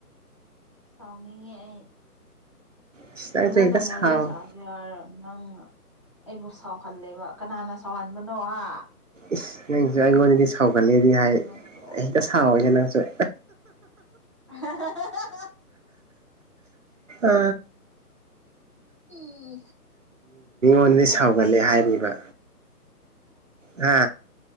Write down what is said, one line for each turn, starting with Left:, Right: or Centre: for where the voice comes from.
Left: ꯁꯥꯎꯅꯤꯡꯉꯦ ꯑꯩ
Right: ꯏꯁ
Left: ꯐꯖꯅ
Right: ꯅꯪꯁꯨ ꯍꯦꯛꯇ
Left: ꯋꯔꯤ
Right: ꯁꯥꯎ
Left: ꯁꯥꯥꯖꯦ ꯌꯥꯔ ꯅꯪ ꯑꯩꯕꯨ ꯁꯥꯎꯍꯜꯂꯦꯕ ꯀꯅꯥꯅ ꯁꯥꯎꯍꯟꯕꯅꯣ ꯍꯥ
Right: ꯏꯁ ꯅꯪꯁꯨ ꯑꯩꯉꯣꯟꯗꯗꯤ ꯁꯥꯎꯒꯠꯂꯦꯗꯤ
Left: ꯅꯪ
Right: ꯍꯥꯏ
Left: ꯅꯠꯇ꯭ꯔꯣ
Right: ꯍꯦꯛꯇ ꯁꯥꯎꯋꯦꯅꯦ ꯅꯪꯁꯨ
Left: ꯍ
Right: ꯑ
Left: ꯎꯝ
Right: ꯎ
Left: ꯅꯪ
Right: ꯁꯒꯠꯂꯦ
Left: ꯑꯩ
Right: ꯍꯥꯏꯔꯤꯕ ꯑ